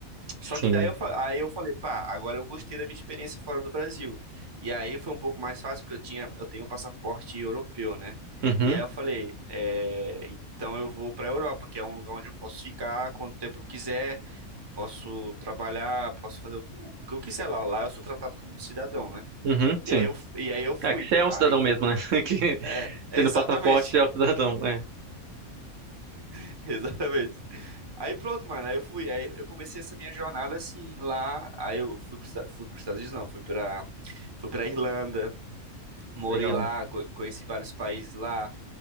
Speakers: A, on the right; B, on the right.
A: Só
B: sim.
A: que daí eu, fa- aí eu falei, pá, agora eu gostei da minha experiência fora do Brasil. E aí foi um pouco mais fácil, porque eu tinha, eu tenho um passaporte europeu, né?
B: Uhum,
A: E aí eu falei, é, então eu vou pra Europa, que é um lugar onde eu posso ficar quanto tempo eu quiser, posso trabalhar, posso fazer o, que o que eu quiser lá. Lá eu sou tratado como um cidadão, né?
B: uhum,
A: E
B: sim.
A: aí eu, e aí eu fui.
B: É que você é um
A: Aí,
B: cidadão mesmo, né? <laughs> Que
A: é, exatamente.
B: tendo passaporte, você é um cidadão. É,
A: <laughs> Exatamente. Aí pronto, mano. Aí eu fui. Aí eu comecei essa minha jornada assim, lá. Aí eu fui para fui os Estados Unidos, não. Fui pra, fui pra Irlanda. Morei
B: legal.
A: lá, co- conheci vários países lá.